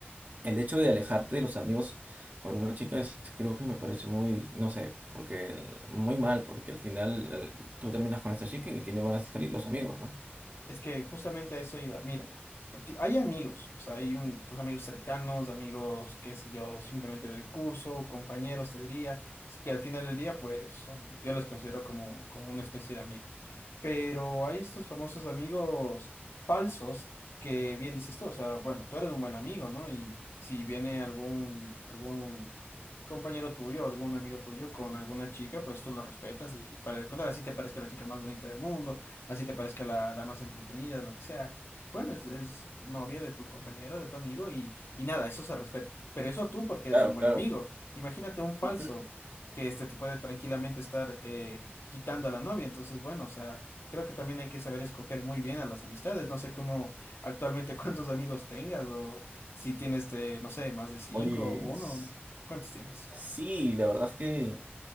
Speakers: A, on the right; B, on the left.
A: el hecho de alejarte de los amigos con una chica es- creo que me parece muy, no sé, porque el- muy mal, porque al final eh, tú terminas con esta chica y quiénes van a salir los amigos, ¿no?
B: Es que justamente a eso iba. Mira, a ti- hay amigos, o sea, hay un- tus amigos cercanos, amigos, qué sé yo, simplemente del curso, compañeros, te diría, así que al final del día, pues son- yo los considero como, como una especie de amigo. Pero hay estos famosos amigos falsos que bien dices tú, o sea, bueno, tú eres un buen amigo, ¿no? Y si viene algún, algún compañero tuyo, algún amigo tuyo con alguna chica, pues tú lo respetas y para de contar, así te parezca la chica más bonita del mundo así te parezca la, la más entretenida, lo que sea. Bueno, es, es novia de tu compañero, de tu amigo y, y nada, eso se respeta. Pero eso tú porque
A: Claro,
B: eres un buen
A: claro.
B: amigo. Imagínate un falso
A: Ujú.
B: que este te puede tranquilamente estar eh, quitando a la novia. Entonces, bueno, o sea, creo que también hay que saber escoger muy bien a las amistades. No sé cómo actualmente <laughs> cuántos amigos tengas o si tienes, de, no sé, más de cinco
A: Oye,
B: o uno.
A: s-
B: ¿Cuántos tienes?
A: sí, la verdad es que